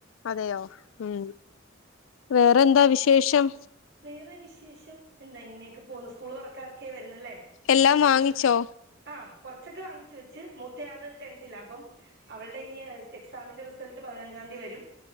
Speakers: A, on the left; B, on the right.
A: അതെയോ ഉം വേറെന്താ വിശേഷം
B: വേറെ വിശേഷം എന്താ ഇങ്ങനെയൊക്കെ പോന്നു സ്കൂള് തൊറക്കാനെക്കേയ് വെരുന്നല്ലേ
A: എല്ലാം വാങ്ങിച്ചോ
B: ആഹ് കൊറച്ചൊക്കെ വാങ്ങിച്ച് വെച്ച് മൂത്തയാള് ടെൻതിലാ അപ്പം അവൾടെ ഇനി എക് സാമിന്റെ റിസൾട്ട് പതിനഞ്ചാന്തി വരും